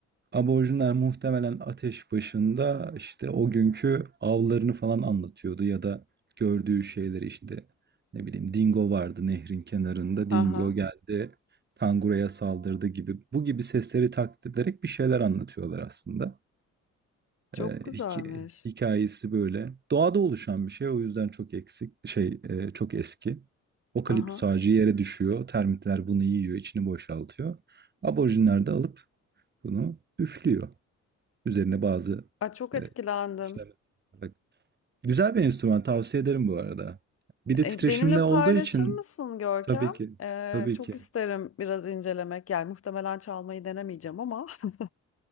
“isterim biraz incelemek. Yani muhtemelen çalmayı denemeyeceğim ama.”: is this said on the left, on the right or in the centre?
Left